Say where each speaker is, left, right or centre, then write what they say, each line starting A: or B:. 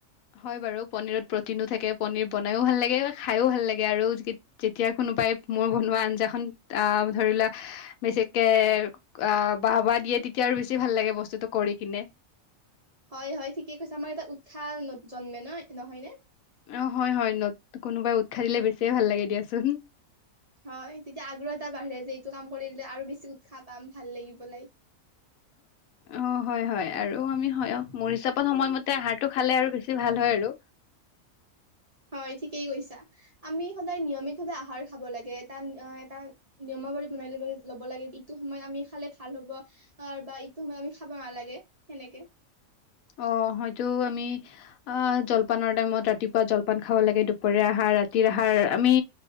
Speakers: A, on the left; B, on the right.
A: হয়, বাৰু পনিৰত প্ৰটিনো থাকে, পনিৰ বনায়ো ভাল লাগে, খাইও ভাল লাগে আৰু যেতিয়া কোনোবাই মোৰ বনোৱা আঞ্জাখন আহ ধৰি লোৱা বেছিকে আহ বাহ বাহ দিয়ে, তেতিয়া আৰু বেছি ভাল লাগে বস্তুটো কৰি কিনে।
B: হয়, হয়, ঠিকে কৈছা আমাৰ এটা উৎসাহ জন্মে ন' নহয় নে?
A: অ', হয়, হয়, ন' কোনোবাই উৎসাহ দিলে বেছিয়ে ভাল লাগে দিয়াচোন।
B: হয়, তেতিয়া আগ্ৰহ এটা বাঢ়ে যে, এইটো কাম কৰিলে আৰু বেছি উৎসাহ পাম ভাল লাগিবলৈ।
A: অ', হয়, হয় আৰু আমি হয় মোৰ হিচাপত সময়মতে টো খালে আৰু বেছি ভাল হয় আৰু।
B: হয় ঠিকেই কৈছা, আমি সদায় নিয়মিতভাৱে আহাৰ খাব লাগে এটা এটা নিয়মাৱলী বনাই ল' লব লাগে ইটো সময়ত আমি খালে ভাল হ'ব বা ইটো সময়ত আমি খাব নালাগে সেনেকে।
A: অ', হয়তো আমি আহ জলপানৰ টাইমত ৰাতিপুৱা জলপান খাব লাগে, দুপৰীয়া আহাৰ ৰাতিৰ আহাৰ আমি